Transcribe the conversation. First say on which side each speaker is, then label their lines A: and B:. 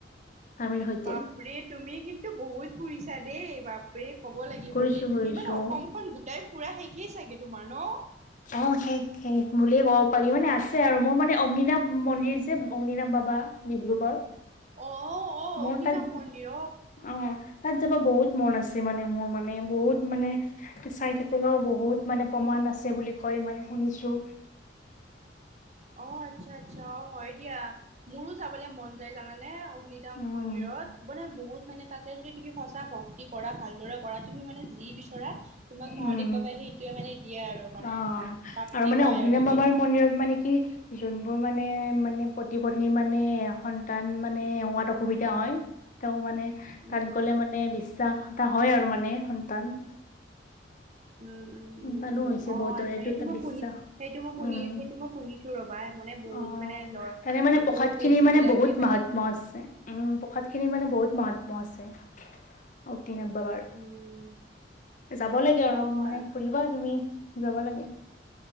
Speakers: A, on the left; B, on the right.
A: স্বামীৰ সৈতে
B: বাপৰে তুমি কিন্তু বহুত ফুৰি ছা দেই। বাপৰে, ক'ব লাগিব
A: কৰিছো
B: দেই।
A: কৰিছো
B: তুমি মানে অসমখন গোটাই ফুৰা শে ষে চাগে তোমাৰ ন'?
A: অ' শেষ - শেষ বুলিয়ে ক'ব পাৰি। মানে আছে আৰু। মোৰ মানে অগ্নিনাথ মন্দিৰ যে, অগ্নিনাথ বা বা ডিব্ৰুগড়।
B: অ', অ',
A: মোৰ
B: অগ্নিনাভ
A: তাত-
B: মন্দিৰ
A: অ' তাত যাব বহুত মন আছে মানে মোৰ মানে। বহুত মানে চাই থাকিলেও বহুত মানে প্ৰমাণ আছে বুলি কয়। মানে শুনিছোঁ।
B: অ' আচ্ছা - আচ্ছা। অ' হয় দিয়া। মোৰো যাবলে মন যায় জানানে অগ্নিদাম
A: উম
B: মন্দিৰত। মানে বহুত, মানে তাতে যদি তুমি সঁচা ভক্তি কৰা, ভালদৰে কৰা, তুমি মানে যি বিচ চৰা, তোমাক মহাদেৱ
A: উম
B: বাবাই সেইটোৱে মানে দিয়ে আৰু মানে,
A: অ
B: প্ৰাপ্তি
A: আৰু মানে
B: হয়
A: অগ্নিনাভ
B: আৰু
A: বাবাৰ
B: সেইটো।
A: মন্দিৰত মানে কি যোনবোৰ মানে - মানে পতি-পত্নীৰ মানে সন্তান মানে হোৱাত অসুবিধা হয় তেওঁ মানে
B: উম
A: তাত গ'লে মানে বিশ্বাস এটা হয় আৰু মানে সন্তান
B: উম - উম -
A: সন্তানো
B: উম - উম,
A: হৈছে
B: অ'
A: বহুতৰে
B: আচ্ছা,
A: এইটো
B: সেইটো
A: এটা
B: মই
A: বিশ্বাস
B: শুনি- সেইটো মই শুনি-
A: উম
B: সেইটো মই শুনিছোঁ ৰবা। মানে বহুত
A: অ'
B: মানে ল'ৰা
A: তাৰে মানে প্ৰসাদখিনি
B: বহুত যিবিলাকে
A: মানে বহুত
B: মানে
A: মাহাত্ম্য আছে। উম, প্ৰসাদখিনি মানে বহুত মাহা ম্য আছে, অকিনাথ বাবাৰ।
B: উম
A: যাব লাগে অলপ
B: অ
A: মানে ফুৰিবা তুমি যাবা লাগে।